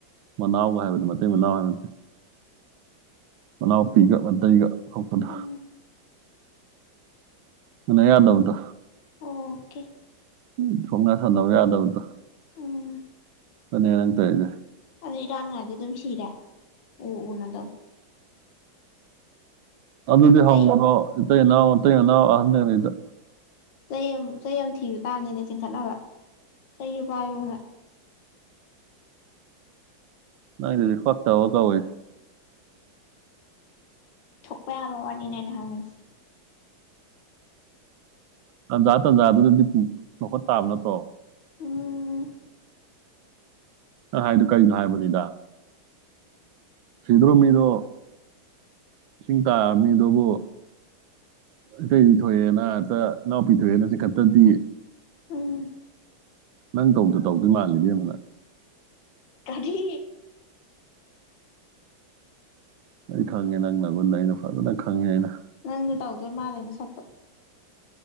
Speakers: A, on the right; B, on the left.
A: ꯃꯅꯥꯎꯒ ꯍꯥꯏꯕꯅꯤ ꯃꯇꯩ ꯃꯅꯥꯎ ꯍꯥꯏꯕ ꯅꯠꯇꯦ ꯃꯅꯥꯎꯄꯤꯒ ꯃꯇꯩꯒ ꯊꯣꯛꯄꯗꯣ
B: ꯎꯝ
A: ꯎꯅ ꯌꯥꯗꯕꯗꯣ
B: ꯑꯣꯀꯦ
A: ꯎ ꯁꯣꯛꯅ ꯁꯝꯅꯕ ꯌꯥꯗꯕꯗꯣ
B: ꯎꯝ
A: ꯑꯗꯨꯅꯦ ꯅꯪ ꯇꯧꯔꯤꯁꯦ
B: ꯑꯗꯨꯗꯤ ꯏꯔꯥꯛꯅꯔꯗꯤ ꯑꯗꯨꯝ ꯁꯤꯔꯦ ꯎ ꯎꯅ ꯑꯗꯨꯝ
A: ꯑꯗꯨꯗꯤ ꯍꯪꯉꯨꯔꯣ
B: ꯆꯩ
A: ꯃꯇꯩ ꯏꯅꯥꯎ ꯃꯇꯩ ꯃꯅꯥꯎ ꯑꯍꯟ ꯑꯅꯤꯗ
B: ꯆꯩ ꯑꯃ ꯆꯩ ꯑꯃ ꯊꯤꯕ ꯇꯥꯕꯅꯤꯅꯦ ꯆꯤꯡꯈꯠꯅꯕ ꯆꯩꯁꯨ ꯄꯥꯏꯌꯣꯅ
A: ꯅꯪꯒꯤꯗꯨꯗꯤ ꯐꯠꯇꯕ ꯀꯧꯑꯦ
B: ꯊꯣꯛꯄ ꯌꯥꯕ ꯋꯥꯔꯤꯅꯦ ꯑꯩꯅ ꯍꯪꯉꯤꯁꯦ
A: ꯇꯟꯖꯥ ꯇꯟꯖꯥꯗꯨꯅꯗꯤ ꯂꯧꯈꯠ ꯇꯥꯕ ꯅꯠꯇ꯭ꯔꯣ
B: ꯎꯝ
A: ꯅ ꯍꯥꯏꯗꯣ ꯀꯔꯤꯅꯣ ꯍꯥꯏꯕꯅꯤꯗ ꯁꯤꯗ꯭ꯔꯣ ꯃꯤꯗꯣ ꯏꯁꯤꯡ ꯇꯥꯔ ꯃꯤꯗꯨꯕꯨ ꯏꯇꯩꯗꯤ ꯊꯣꯛꯑꯦꯅ ꯍꯦꯛꯇ ꯏꯅꯥꯎꯄꯤ ꯊꯣꯛꯑꯦꯅ ꯆꯤꯡꯈꯠꯇꯗꯤ
B: ꯎꯝ
A: ꯅꯪ ꯇꯧꯗ ꯇꯧꯗꯣꯏ ꯃꯥꯜꯂꯦ ꯏꯕꯦꯝꯃ ꯅꯪ
B: ꯀꯔꯤ
A: ꯑꯩ ꯈꯪꯉꯦ ꯅꯪ ꯅꯒꯨꯟ ꯑꯩꯅ ꯐꯖ ꯈꯪꯉꯦ ꯑꯩꯅ
B: ꯅꯪꯁꯨ ꯇꯧꯗꯣꯢ ꯃꯥꯜꯂꯦ ꯅꯁꯛꯇꯣ